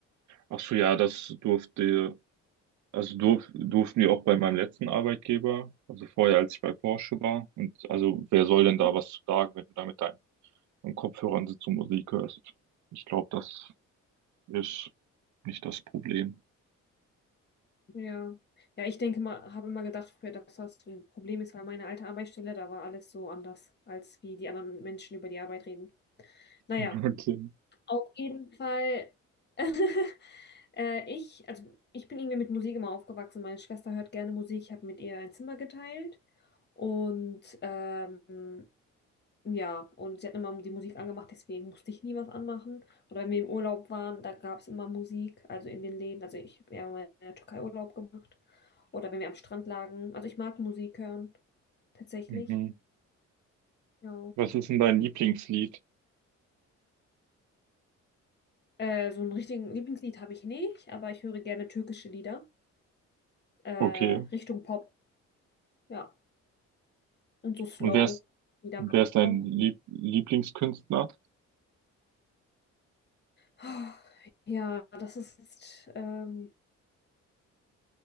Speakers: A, on the right; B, on the left.
A: Ach so, ja, das durfte. Also durf, durften wir auch bei meinem letzten Arbeitgeber, also vorher, als ich bei Porsche war. Und also wer soll denn da
B: Hm?
A: was zu sagen, wenn du da mit deinen deinen Kopfhörern sitzt und Musik hörst? Ich glaube, das ist nicht das Problem.
B: Ja. Ja, ich denke mal, habe immer gedacht früher, dass das so ein Problem ist, weil meine alte Arbeitsstelle, da war alles so anders, als wie die anderen Menschen über die Arbeit reden. Naja,
A: <laughs>
B: auf jeden Fall. <laughs> äh, ich, also ich bin irgendwie mit Musik immer aufgewachsen. Meine Schwester hört gerne Musik. Ich habe mit ihr ein Zimmer geteilt. Und ähm, ja, und sie hat immer die Musik angemacht, deswegen musste ich nie was anmachen. Oder wenn wir im Urlaub waren, da gab es immer Musik, also in den Läden. Also ich habe ja mal in der Türkei Urlaub gemacht. Oder wenn wir am Strand lagen. Also ich mag Musik hören, tatsächlich.
A: Okay. Mhm.
B: Ja.
A: Was ist denn dein Lieblingslied?
B: Äh, so einen richtigen Lieblingslied habe ich nicht, aber ich höre gerne türkische Lieder. Äh,
A: Okay.
B: Richtung Pop, ja. Und so Slow,
A: Und wer ist,
B: Lieder
A: wer
B: mag
A: ist
B: ich
A: dein
B: auch.
A: Lieb Lieblingskünstler?
B: <sighs> Ja, das ist jetzt, ähm,